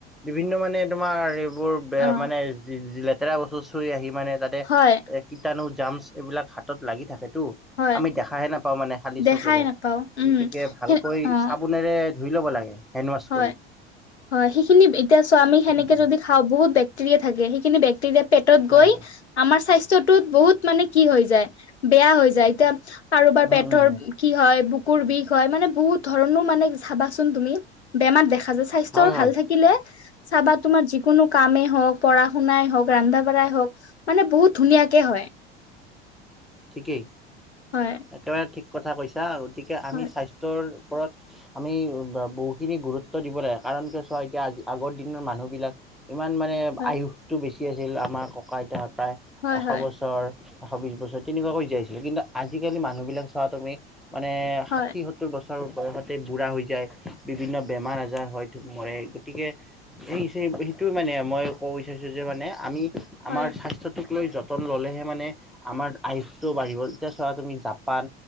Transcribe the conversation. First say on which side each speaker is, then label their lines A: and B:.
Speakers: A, in the centre; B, on the left (about 85°).
A: বিভিন্ন মানে তোমাৰ এইবোৰ
B: অ
A: মানে যিলে লেতেৰা বস্তু চুই আহি মানে তাতে
B: হয়
A: কীটাণু, জামচ এইবিলাক হাতত লাগি থাকেতো।
B: হয়
A: আমি দেখাহে নাপাওঁ মানে খালি
B: দেখাই
A: চকুৰে,
B: নাপাও উম
A: গতিকে ভালকৈ
B: সে অ
A: চাবোনেৰে ধুই ল'ব লাগে, হেণ্ড ৱাছ
B: হয়
A: কৰি।
B: হয়, সেইখিনি এতিয়া চোৱা আমি সেনেকে
A: উম উম,
B: যদি খাওঁ, বহুত বেক্টেৰিয়া থাকে। সেইখিনি বেক্টেৰিয়া পেটত
A: হয়
B: গৈ
A: হয়
B: আমাৰ স্বাস্থ্যটোত বহুত মানে কি হৈ যায় বেয়া হৈ যায়, এতিয়া কাৰোবাৰ
A: উম
B: পেটৰ
A: উম
B: কি হয়, বুকুৰ বিষ হয় মানে বহুত ধৰণৰ মানে চাবাচোন তুমি। বেমাৰ দেখা যায়। স্বাস্থ্যৰ
A: হয় হয়
B: ভাল থা থাকিলে চাবা তোমাৰ যিকোনো কামেই হওঁক, পঢ়া শুনাই হওঁক, ৰন্ধা বঢ়াই হওঁক মানে বহুত ধুনীয়াকে হয়।
A: ঠিকেই।
B: হয়।
A: একেবাৰে ঠিক কথা কৈছা, গতিকে আমি
B: হয়
A: স্বাস্থ্যৰ ওপৰত আমি বহুখিনি গুৰুত্ব দিব লাগে, কাৰণ কি চোৱা এতিয়া আজি আগ মানুহবিলাক ইমান মানে
B: হয়
A: আয়ুসটো বেছি আছিল, আমাৰ ককা-আইতাহ হতৰ।
B: হয়
A: এশ
B: হয়
A: বছৰ, এশ বিশ বছৰ তেনেকুৱাকৈ জীয়াই আছিলে কিন্তু আজিকালি মানুহ বিলাক চোৱা তুমি। মানে
B: হয়
A: ষাঠি, সত্তৰ বছৰ বয়সতে বুঢ়া হৈ যায়, বিভিন্ন বেমাৰ আজাৰ হয়। মৰে, গতিকে যি হৈছে সেইটোয়ে মানে মই ক'ব বিচাৰিছোঁ যে মানে আমি আমাৰ
B: হয়
A: স্বাস্থ্যটোক লৈ যতন ল'লেহে মানে আমাৰ আয়ুষটো বাঢ়িব, এতিয়া চোৱা তুমি জাপান,